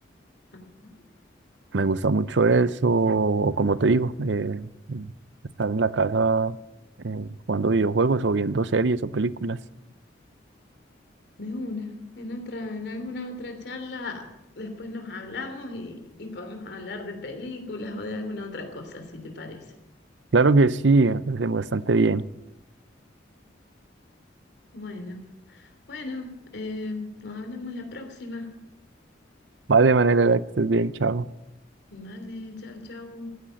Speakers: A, on the left (about 60°); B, on the right (about 75°).
A: ah,
B: Me gusta mucho eso, o como te digo, eh, estar en la casa eh, jugando videojuegos o viendo series o películas.
A: de una. En otra, en alguna otra charla después nos hablamos y, y podemos hablar de películas o de alguna otra cosa, si te parece.
B: Claro que sí, me parece bastante bien.
A: Bueno. Bueno, eh, nos hablamos la próxima.
B: Vale, manera que estés bien, chao.
A: Dale, chau, chau.